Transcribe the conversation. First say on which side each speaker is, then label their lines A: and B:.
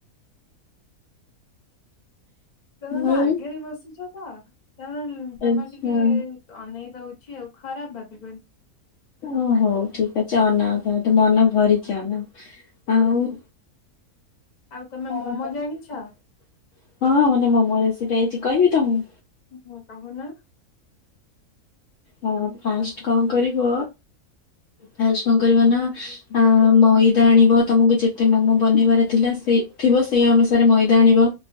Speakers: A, on the left; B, on the left.
A: ତମେ
B: ଆଉ
A: ମୋ ଆଗରେ ବସୁଛ ତ ତାମାନେ ତମେ
B: ଆଚ୍ଛା
A: ଟିକେ ଅନେଇ ଦଉଛି ଆଉ ଖରାପ ଭାବିବନି।
B: ଓ ହଉ ଠିକ ଅଛି ଅନାଅ ତାହେଲେ ମନ ଭରିକି ଅନାଅ ଆଉ।
A: ଆଉ ତମେ
B: <inaudible>
A: ମୋମୋ ଜାଣିଛ
B: ହଁ ମତେ ମୋମୋ ରେସିପିି ଆଇଚି କହିବି ତମକୁ।
A: ହୁଁ କହୁନ।
B: ହଁ ଫାଷ୍ଟ କଣ କରିବ, ଫାଷ୍ଟ କଁ କରିବ ନା। ଆ ମଇଦା ଆଣିବ ତମକୁ ଯେତେ ମୋମୋ ବନେଇବାର ଥିଲା ସେ ଥିବ ସେଇ ଅନୁସାରେ ମଇଦା ଆଣିବ।